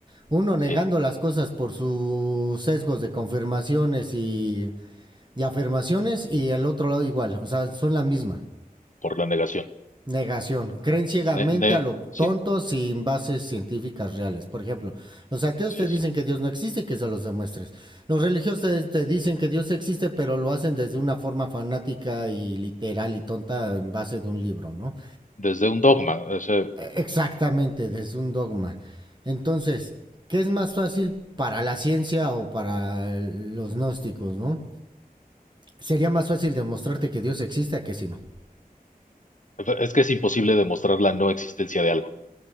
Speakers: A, on the right; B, on the left.
A: Uno negando
B: sí,
A: las cosas por sus sesgos de confirmaciones y, y afirmaciones y el otro lado igual. O sea, son la misma.
B: por la negación.
A: Negación. Creen ciegamente
B: Ne- ne-
A: a lo
B: sí,
A: tonto sin bases científicas reales. Por ejemplo, los ateos
B: así
A: te
B: es.
A: dicen que Dios no existe y que se los demuestres. Los religiosos te, te dicen que Dios existe, pero lo hacen desde una forma fanática y literal y tonta en base de un libro, ¿no?
B: Desde un dogma, ese-
A: Exactamente, desde un dogma. Entonces, ¿qué es más fácil para la ciencia o para el- los gnósticos, no? Sería más fácil demostrarte que Dios existe a que si no.
B: es que es imposible demostrar la no existencia de algo.